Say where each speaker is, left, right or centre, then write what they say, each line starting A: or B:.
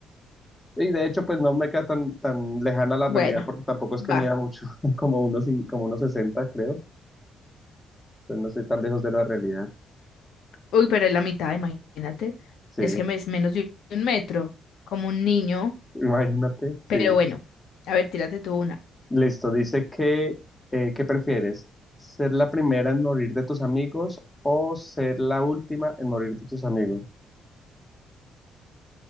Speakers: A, on the left; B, on the left.
A: Y de hecho, pues no me queda tan, tan lejana la
B: Bueno,
A: realidad porque tampoco es
B: va.
A: que mida mucho, <laughs> como unos, cin- como unos 60, creo. Entonces no estoy tan lejos de la realidad.
B: Uy, pero es la mitad, imagínate.
A: Sí,
B: Es que me- es menos de un metro, como un niño.
A: imagínate. Sí.
B: Pero bueno, a ver, tírate tú una.
A: Listo, dice que, eh, ¿qué prefieres? ¿Ser la primera en morir de tus amigos o ser la última en morir de tus amigos?